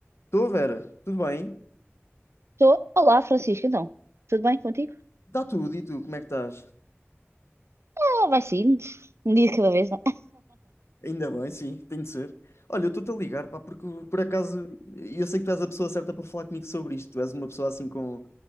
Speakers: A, on the left (about 70°); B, on the right (about 70°).
A: Estou, Vera, tudo bem?
B: Estou. Olá, Francisco, então. Tudo bem contigo?
A: Está tudo, e tu, como é que estás?
B: Ah, vai sim. Um dia de cada vez, não é?
A: Ainda bem, sim, tem de ser. Olha, eu estou-te a ligar, pá, porque por acaso eu sei que tu és a pessoa certa para falar comigo sobre isto. Tu és uma pessoa assim com,